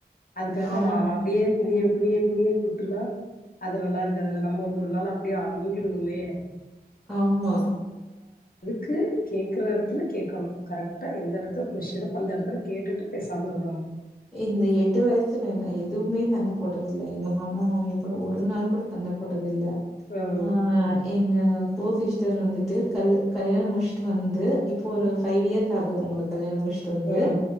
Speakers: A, on the left (about 60°); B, in the centre.
A: அதுக்காக
B: ஆமாங்க.
A: அ அப்டியே குனிய குணிய குணிய குத்துனா அது நல்லாருக்காதுல நம்ம ஒரு நாள் அப்பிடியே அமிங்கிடுவுல்லே
B: ஆம்மா
A: கு கேக்குற எடத்துல கேக்கணு கரெக்டா எந்த எடத்துல புஷ்ஷோ அந்தெடத்துல கேட்டுட்டு பேசாம இருந்தர்னு
B: இந்த எட்டு வர்ஷத்ல நா எதுமே சண்ட போட்டதுல்ல எங்க மாமனா மாமியா கூட ஒரு நாள் கூட சண்ட போட்டதில்ல
A: ம்
B: அ எங்க கோசிஸ்டர் வந்திட்டு கல் கல்யாண முடிச்ட்டு வந்து இப்போரு ஃபைவ் இயர்ஸ் ஆகுது அவுங்களுக்கு கல்யாண முடிச் ச்ட்டு வந்து
A: ம்